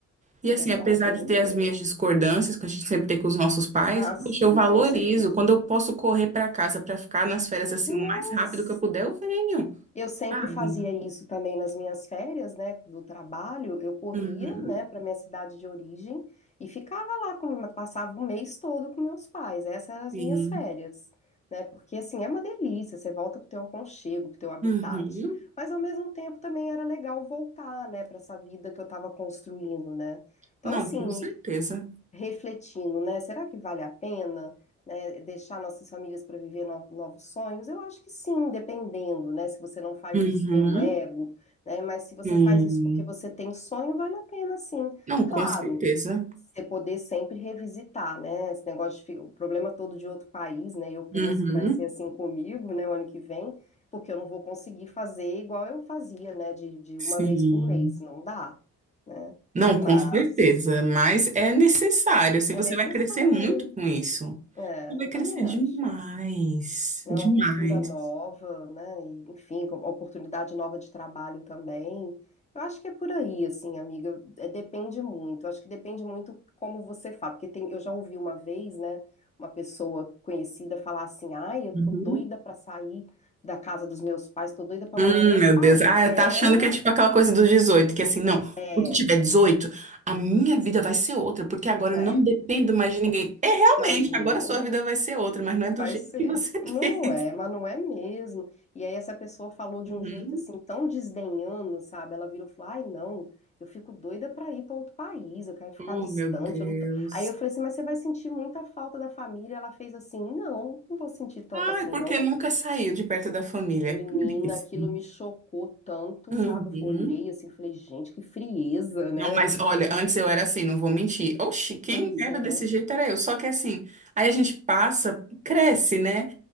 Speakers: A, on the right; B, on the left.
A: E,
B: É
A: assim,
B: verdade,
A: apesar
B: amiga.
A: de ter as minhas discordâncias, que a gente sempre tem com os nossos pais,
B: Ah, sim,
A: poxa, eu valorizo.
B: com certeza.
A: Quando eu posso correr para casa para ficar nas férias, assim,
B: Nossa!
A: o mais rápido que eu puder, eu venho,
B: Eu sempre
A: sabe?
B: fazia isso também nas minhas férias, né, do trabalho. Eu corria,
A: Uhum,
B: né, para minha cidade de origem e ficava lá, com- passava o mês todo com meus pais. Essas eram as
A: sim.
B: minhas férias, né? Porque assim, é uma delícia, você volta pro teu aconchego, pro teu habitat.
A: Uhum.
B: Mas ao mesmo tempo também era legal voltar, né, para essa vida que eu estava construindo, né? Então
A: Não,
B: assim,
A: com certeza.
B: refletindo, né? Será que vale a pena, né, deixar nossas famílias para viver no- novos sonhos? Eu acho que sim, dependendo, né? Se você não faz
A: Uhum,
B: isso pelo ego, né? Mas se você
A: sim.
B: faz isso porque você tem sonho, vale a pena, sim.
A: Não,
B: Claro,
A: com certeza.
B: você poder sempre revisitar, né? Esse negócio de fi- o problema todo de outro país, né? Eu penso
A: Uhum,
B: que vai ser assim comigo, né? O ano que vem, porque eu não vou conseguir fazer igual eu fazia, né? De, de
A: sim.
B: uma vez por mês, não dá, né?
A: Não,
B: Mas
A: com certeza. Mas é necessário. Assim,
B: é
A: você
B: necessário.
A: vai crescer muito com isso.
B: É,
A: Você vai
B: eu
A: crescer
B: também
A: demais.
B: acho, né?
A: Demais.
B: Uma cultura nova, né? E, enfim, com- oportunidade nova de trabalho também. Eu acho que é por aí, assim, amiga. É, depende muito. Eu acho que depende muito como você fala, porque tem, eu já ouvi uma vez, né? Uma pessoa conhecida falar assim: "Ai, eu tô
A: Uhum.
B: doida pra sair da casa dos meus pais, tô doida pra
A: Hum,
B: morar em outro
A: meu
B: país".
A: Deus. Ah,
B: É,
A: tá achando que é tipo aquela coisa dos 18, que assim, não,
B: é,
A: quando eu tiver 18, a minha vida vai ser outra, porque agora eu
B: é,
A: não dependo mais de ninguém. É realmente,
B: imagina.
A: agora a sua vida vai ser outra, mas não é do
B: Vai
A: jeito
B: ser.
A: que você <laughs>
B: Não
A: pensa.
B: é, mas não é mesmo. E aí essa pessoa falou de
A: Uhum.
B: um jeito assim tão desdenhando, sabe? Ela virou e falou: "Ai, não, eu fico doida pra ir pra outro país, eu quero ficar
A: Oh,
B: distante,
A: meu Deus.
B: eu não tô". Aí eu falei assim: "Mas você vai sentir muita falta da família". Ela fez assim: "Não, não vou sentir tanto
A: Ah,
B: assim
A: é porque
B: não".
A: nunca saiu de perto da família.
B: Menina,
A: Por isso.
B: aquilo me chocou tanto,
A: Uhum.
B: sabe? Eu olhei assim, e falei: "Gente, que frieza, né?".
A: Não, mas
B: Eu,
A: olha, antes eu era assim, não vou mentir. Oxi, quem
B: pois
A: era
B: é.
A: desse jeito era eu. Só que assim, aí a gente passa, cresce, né?